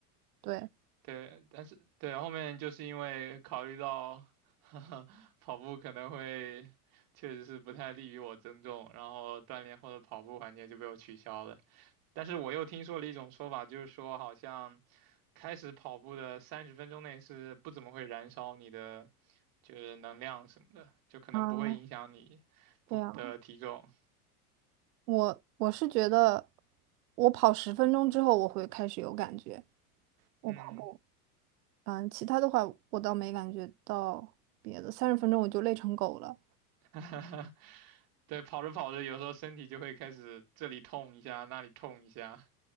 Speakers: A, on the right; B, on the right.
A: 对。
B: 对，但是对后面就是因为考虑到 <laughs> 跑步可能会确实是不太利于我增重，然后锻炼后的跑步环节就被我取消了。但是我又听说了一种说法，就是说好像开始跑步的三十分钟内是不怎么会燃烧你的就是能量什么的，就可能不会影响你不的体重。
A: 啊，对啊，我我是觉得，我跑十分钟之后我会开始有感觉，我跑步。
B: 嗯，
A: 嗯，其他的话我倒没感觉到别的，三十分钟我就累成狗了。
B: <laughs> 对，跑着跑着有时候身体就会开始这里痛一下，那里痛一下，